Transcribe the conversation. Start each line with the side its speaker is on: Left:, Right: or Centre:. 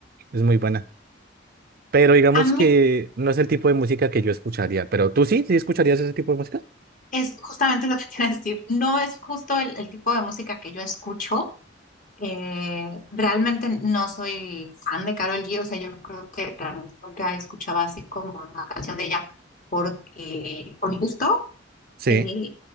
Right: es muy buena. Pero digamos
Left: A mí
Right: que no es el tipo de música que yo escucharía. Pero tú sí, sí escucharías ese tipo de música.
Left: es justamente lo que <laughs> quiero decir, no es justo el, el tipo de música que yo escucho. eh, realmente no soy fan de Carol G, o sea, yo creo que realmente porque escuchaba así como una canción de ella porque con gusto
Right: Sí.
Left: Y,